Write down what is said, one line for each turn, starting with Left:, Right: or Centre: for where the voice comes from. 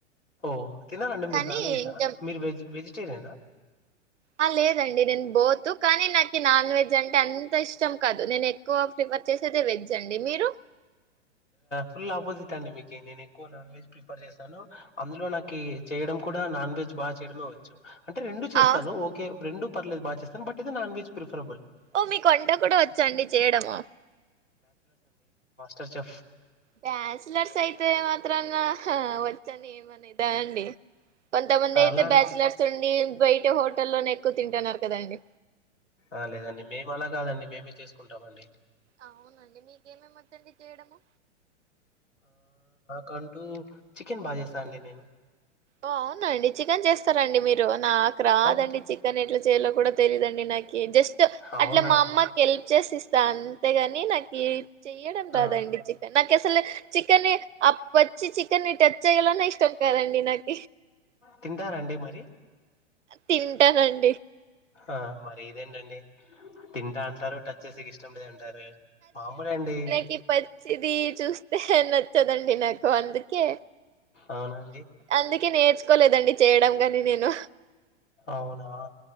Left: ఓ తినారాండి
Right: కానీ
Left: మీరు నాన్ వెజా
Right: ఇంకా
Left: మీరు వెజ్ వెజిటేరియనా
Right: ఆ లేదండి నేను బాత్ కానీ నాకు నాన్ వెజ్ అంటే అంత ఇష్ట ష్టం కాదు నేను ఎక్కువ ప్రిఫర్ చేసేది వెజ్ అండి మీరు
Left: ఫుల్ ఆపోజిట్ అండి మీ నేను ఎక్కువ నాన్ వెజ్ ప్రిఫర్ చేశాను అందులో నాకు చేయడం కూడా నాన్ వెజ్ బాగా చేయడమేవచ్చు అంటే రెండు చేస్తాను
Right: ఆ
Left: ఓకే రెండుర్లేదు బాగా చేస్తా బట్ ఇది నాన్ వెజ్ ప్రిఫరబుల్
Right: ఓ మీ కొ వంట కూడా వచ్చాండి చేయడము
Left: స చె
Right: బ్యాచలర్స్ అయితే మాత్రంగా వచ్చాను ఏమనేదా అండి కొంతమంది
Left: అలా
Right: అయితే బ్యాచలర్స్ ఉండి బయట హోటల్లోనే ఎక్కువ తింటున్నారు కదండి
Left: ఆ లేదండి మేము అలా కాదండి మేమే చేసుకుంటామండి
Right: అవునండి మీకేమి ఇమచ్చండి చేయడము
Left: కంటూ చికెన్ బాజస్తా అండడి నేను
Right: ఓ అవునండి చికెన్ చేస్తారంండి మీరు నాకు రాదండి
Left: ఓహ్!
Right: చికెన్ ఎట్లా చేయాలో కూడా తెలీదండి నాకి జస్ట్
Left: అవునా
Right: అట్లా మా అమ్మకి హెల్ప్ చేసి ఇస్తా అంతేగాని నాకు చెయ్యడం
Left: ఆ
Right: రాదండి చికెన్ నాకు అసలు చికెన్ని వచ్చి చికెన్ని టచ్ చేయాలనే ఇష్టం కదండి నాకు
Left: తింటారంండి మరి
Right: తింటానండి
Left: ఆ మరి ఇదేంటండి తింటా అంటారు టచ్ చేసే ఇష్టం లేద అంటారు మామూలే అండి
Right: కి పచ్చిది చూస్తే నచ్చదండి నాకు అందుకే
Left: అవునండి
Right: అందుక నేర్ తీసుకోలేదండి చేయడం కాని నేను
Left: అవునా